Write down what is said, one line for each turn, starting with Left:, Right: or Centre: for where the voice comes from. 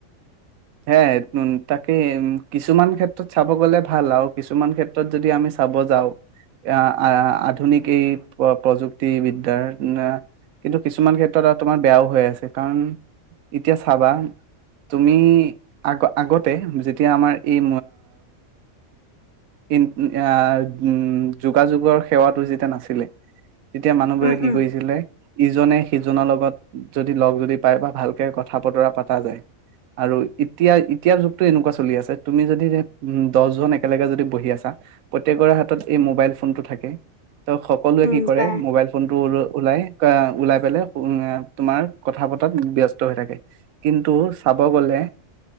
Right: হে তাকে কিছুমান ক্ষেত্ৰত চাব গ'লে ভাল, আৰু কিছুমান ক্ষেত্ৰত যদি আমি চাব যাওঁ, আহ আধুনিক এই প্ৰযুক্তি বিদ্যাৰ। উ! কিন্তু, কিছুমান ক্ষেত্ৰত তোমাৰ বেয়াও হৈ আছে। কাৰণ, এতিয়া চাবা তুমি আগ আগতে, যেতিয়া আমাৰ এই ই আহ উম! যোগাযোগৰ সেৱাটো যেতিয়া নাছিলে, তেতিয়া মানুহবোৰে
Left: উম
Right: কি
Left: উম
Right: কৰিছিলে ইজনে। সিজনৰ লগত যদি লগ যদি পায় বা ভালকে কথা বতৰা পতা যায় আৰু। এতিয়া এতিয়াৰ যুগটো এনেকুৱা চলি আছে তুমি যদি দহজন একেলগে যদি বহি আছা প্ৰত্যেকৰে হাতত এই মোবাইল ফোনটো থাকে ত' সকলোৱে
Left: উম
Right: কি কৰে
Left: তাই
Right: মোবাইল ফোন টো ওলাই। ওলাই পেলাই তোমাৰ কথা পতাত ব্যস্ত হৈ থাকে কিন্তু চাব গ'লে।